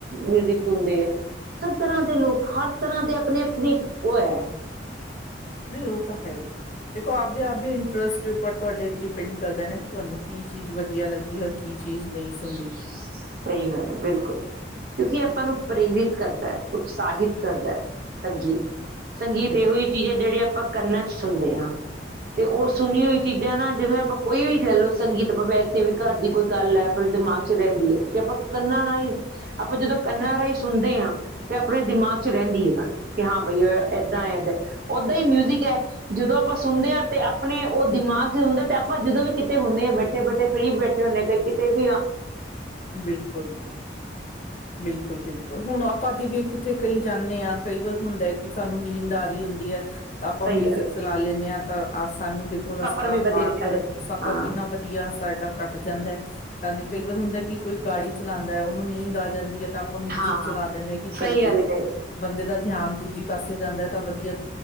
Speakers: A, on the right; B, on the left.
A: ਮਿਊਜਿਕ ਸੁੁੰਦੇ ਐ, ਸਭ ਤਰਾਹ ਦੇ ਲੋਕ ਹਰ ਤਰਾਹ ਦੇ ਆਪਨੇ ਆਪਨੀ ਓਹ ਹੈ।
B: ਨਹੀਂ ਓਹ ਤਾਂ ਹੈ ਹੀ, ਦੇਖੋ ਆਪਦੇ ਆਪ ਦੇ ਇੰਟਰਸਟ ਦੇ ਉੱਪਰ ਤੁਹਾਡੇ ਡਿਪੈਂਡ ਕਰਦਾ ਨਾ ਕੀ ਤੁਹਾਨੂੰ ਕੀ ਚੀਜ਼ ਵਧੀਆ ਲੱਗਦੀ ਔਰ ਕੀ ਚੀਜ਼ ਨਹੀਂ ਸੁਣਨੀ
A: ਸਹੀ ਗੱਲ ਐ, ਬਿਲਕੁਲ ਕਿਉਂਕਿ ਆਪਾਂ ਨੂੰ ਪ੍ਰੇਰਿਤ ਕਰਦਾ ਐ, ਉਤਸ਼ਾਹਿਤ ਕਰਦਾ ਐ ਸੰਗੀਤ। ਸੰਗੀਤ
B: ਬਿਲਕੁਲ
A: ਐਹੋ ਜੀ ਚੀਜ਼ ਹੈ ਜਿਹੜੀ ਆਪਾਂ ਕੰਨਾਂ ਸੁਨਦੇ ਆ, ਤੇ ਓਹ ਸੁਣੀ ਹੋਈ ਚੀਜ਼ਾਂ ਨਾ ਜਿਵੇਂ ਆਪਾਂ ਕੋਈ ਵੀ ਲੈ ਲਓ ਸੰਗੀਤ ਆਪਾਂ ਵੈਸੇ ਵੀ ਘਰ ਦੀ ਕੋਈ ਗੱਲ ਹੈ। ਅਪਨੇ ਦਿਮਾਗ 'ਚ ਰਹਿੰਦੀ ਐ, ਕਿਉਂਕਿ ਆਪਾਂ ਕੰਨਾਂ ਨਾਲ ਹੀਂ ਆਪਾਂ ਜਦੋਂ ਕੰਨਾਂ ਰਾਈ ਸੁਨਦੇ ਆ ਤੇ ਆਪਣੇ ਦਿਮਾਗ 'ਚ ਰਹਿੰਦੀ ਐ ਗਲ ਕੀ ਹਾਂ ਬਈ ਐਦਦਾ ਐਦੇ ਓਦਾਂ ਇ ਮਿਊਜਿਕ ਐ ਜਦੋਂ ਆਪਾਂ ਸੁਣਦੇ ਆ ਤੇ ਆਪਨੇ ਓਹ ਦਿਮਾਗ 'ਚ ਹੁੰਦਾ ਤੇ ਆਪਾਂ ਜਦੋਂ ਵੀ ਕਿਤੇ ਹੁੰਨੇ ਬੈਠੇ- ਬੈਠੇ ਫਰੀ ਬੈਠੇ ਹੁੰਦੇ ਹਾਂ ਕਈ ਕਈ ਤੇ ਵੀ ਆ
B: ਬਿਲਕੁਲ, ਬਿਲਕੁਲ, ਬਿਲਕੁਲ, ਹੁਣ ਆਪ ਆਪਾਂ ਦੀ ਵੀ ਕਿੱਥੇ ਕਈ ਜਾਂਨੇ ਆ, ਕਈ ਵਾਰ ਹੁੰਦਾ ਐ ਕੀ ਸਾਨੂੰ ਨੀਂਦ ਆ ਰਹੀ ਹੁੰਦੀ ਹੈ। ਤਾਂ ਆਪਾਂ
A: ਸਹੀ
B: ਮਿਊਜਿਕ
A: ਗੱਲ ਹੈ
B: ਚਲਾ ਲੈਂਨੇ ਆ। ਆਹ ਸਾਨੂੰ ਦੇਖੋ ਰਸਤਾ
A: ਸਫ਼ਰ ਵੀ ਵਧੀਆ
B: ਪਾਰ
A: ਨਿਕਲ
B: ਕਰਨ
A: ਜਾਂਦਾ ਹੈ
B: ਸਫ਼ਰ
A: ਹਾਂ
B: ਕਿੰਨਾ ਵਧੀਆ ਸਾਡਾ ਕੱਟ ਜਾਂਦਾ ਹੈ ਸਾਨੂੰ ਕਈ ਵਾਰ ਹੁੰਦਾ ਕੀ ਕੋਈ ਗਾੜੀ ਚਲਾਉਂਦਾ, ਓਹਨੂੰ ਨੀਂਦ ਆ ਜਾਂਦੀ ਐ। ਆਪਾਂ ਮਿਊਜਿਕ
A: ਹਾਂ
B: ਚਲਾ ਦਿੰਨੇ ਕੀ ਚੱਲ
A: ਸਹੀ
B: ਬਈ
A: ਗੱਲ ਕਹੀ
B: ਬੰਦੇ ਦਾ ਧਿਆਨ ਦੂਜੀ ਪਾਸੇ ਜਾਂਦਾ ਐ, ਤਾਂ ਵਧੀਆ